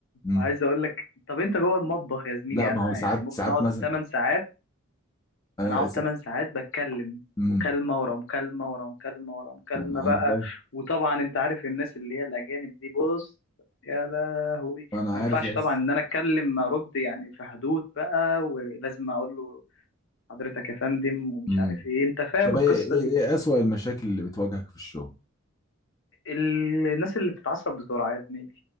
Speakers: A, on the left (about 15°); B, on the left (about 65°).
A: امم
B: عايز اقول لك طب انت جوه المطبخ يا زميلي
A: لا ما
B: انا
A: هو ساعات
B: يعني ممكن
A: ساعات
B: اقعد
A: مثلا
B: 8 ساعات
A: انا
B: انا اقعد
A: سا...
B: 8 ساعات بتكلم
A: مم.
B: مكالمة ورا مكالمة ورا مكالمة ورا مكالمة
A: ما
B: بقى
A: انا فاهم
B: وطبعا انت عارف الناس اللي هي الاجانب دي بص يا لهوي
A: انا
B: ما
A: عارف
B: ينفعش
A: يا اسطى
B: طبعا ان انا اتكلم ارد يعني في حدود بقى ولازم اقول له حضرتك يا فندم ومش
A: امم
B: عارف ايه انت فاهم
A: طب
B: القصة
A: ايه ايه
B: دي
A: ايه اسوأ المشاكل اللي بتواجهك في الشغل
B: الناس اللي بتتعصب بسرعة يا زميلي